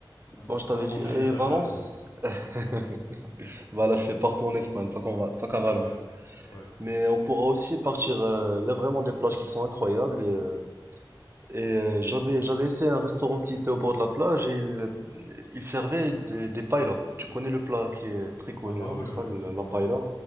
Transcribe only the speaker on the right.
Moi, je t'avais
dit, et
Valence,
<laughs> bah là, c'est partout en Espagne, pas qu'en Va- pas qu'à Valence.
Mais on pourra aussi partir. euh, Il y a vraiment des plages qui sont incroyables. Et, euh, et, euh, j'avais j'avais essayé un restaurant qui était au bord de la plage et il, il servait des, des paellas. Tu connais le plat qui est très connu
en
Espagne, la la
paella.